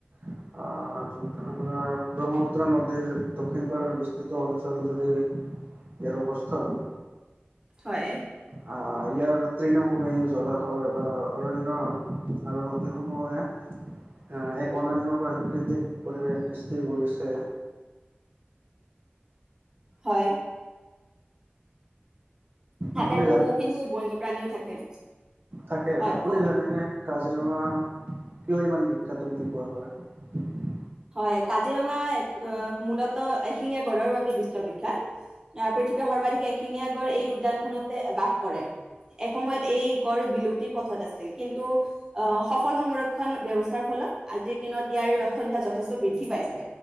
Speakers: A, on the right; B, on the right.
A: যোনটো আপোনাৰ <unintelligible> ব্ৰহ্মপুত্ৰ নদীৰ দক্ষিণ পাৰৰ বিস্তৃত অঞ্চলজুৰি ইয়াৰ অৱস্থান
B: হয়
A: ইয়াৰ তৃণভূমি জলাশয় বা অৰণ্য আৰু নদীসমূহে এক অনন্য প্ৰাকৃতিক পৰিৱেশ সৃষ্টি কৰিছে
B: হয় তাতে
A: আপুনি
B: বহুখিনি বন্যপ্ৰাণীও থাকে <inaudible> <inaudible>
A: থাকে
B: হয়
A: আপুনি
B: কওক
A: জানেনে কাজিৰঙা কিয় ইমান বিখ্যাত বুলি কোৱা হয়
B: হয় কাজিৰঙা মূলত এশিঙীয়া গড়ৰ বাবোব বিশ্ববিখ্যাত পৃথিৱীৰ সৰ্বাধিক এশিঙীয়া গড় এই উদ্যানখনতে বাস কৰে এসময়ত এই গড় বিলুপ্তিৰ পথত আছিল কিন্তু আহ সফল সংৰক্ষণ ব্যৱস্থাৰ ফলত আজিৰ দিনত ইয়াৰ যথেষ্ট বৃদ্ধি পাইছে,